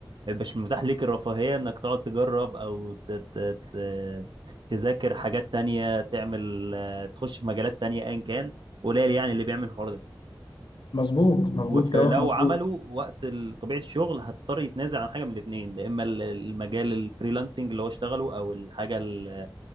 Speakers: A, on the right; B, on the left.
A: يبقاش متاح ليك الرفاهية انك تقعد تجرب او ت- ت- ت- تذاكر حاجات تانية تعمل آه، تخش في مجالات تانية ايا كان قليل يعني اللي بيعمل الحوار ده
B: مظبوط مظبوط
A: ولو
B: كلامك مظبوط
A: عملوا وقت ال- طبيعة الشغل هتضطر يتنازل عن حاجة من الاتنين يا اما ال- المجال الفريلانسنج اللي هو اشتغله او الحاجة ال-